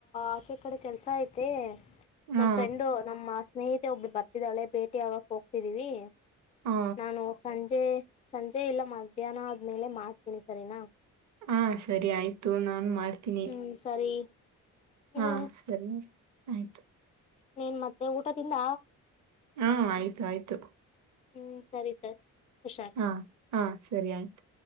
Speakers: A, on the left; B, on the right.
A: ಆಚೆ ಕಡೆ ಕೆಲ್ಸ ಐತೆ.
B: ಹಾ
A: ನಮ್ಮ್ ಫ್ರೆಂಡು ನಮ್ಮ ಸ್ನೇಹಿತ್. ಒಬ್ಳು ಬರ್ತಿದಾಳೆ ಭೇಟಿ ಆಗಕಕ್ ಹೋಗ್ತಿದೀವಿ
B: ಹಾ
A: ನಾನು ಸಂಜೆ ಸಂಜೆ ಸಂಜೆ ಎಲ್ಲ ಮಧ್ಯಾಹ್ನ ಆದ್ಮೇಲೆ ಮಾಡ್ತೀನಿ ಸರಿ ನಾ
B: ಹಾ ಸರಿ ಆಯ್ತು ನಾನ್ ಮಾಡ್ತೀನಿ
A: ಹ್ಮ್ ಸರಿ ಹ್ಮ್
B: ಹಾ ಸರಿ ಆಯ್ತು
A: ನೀನ್ ಮತ್ತೆ ಊಟದಿಂದ
B: ಹ್ಮ್ ಆಯ್ತು ಆಯ್ತು
A: ಹ್ಮ್ ಸರಿ ಸರಿ ಹುಷಾರ್
B: ಹಾ ಹಾ ಸರಿ ಆಯ್ತು.